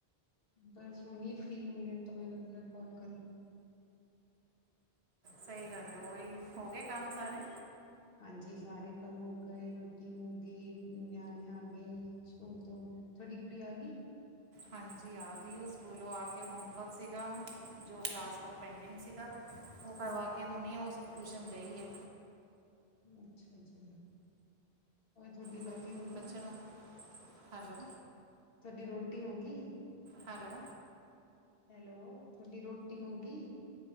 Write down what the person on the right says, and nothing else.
ਸਹੀ ਗੱਲ ਐ। ਓਹੀ, ਹੋ ਗਏ ਕੰਮ ਸਾਰੇ?
ਹਾਂਜੀ, ਆ ਗਈ ਔ ਸਕੂਲੋਂ ਆ ਕੇ ਹੋਮਵਰਕ ਸੀਗਾ, ਜੋ ਕਲਾਸ ਵਰਕ ਪੈਂਡਿੰਗ ਸੀਗਾ। ਔ
ਕਰਵਾ ਕੇ ਹੁਣੀ ਔ ਸ ਟੂਸ਼ਨ ਗਈ ਐ।
ਬ
ਬੱਚੇ ਨੂੰ ਹੈਲੋ।
ਹੈਲੋ।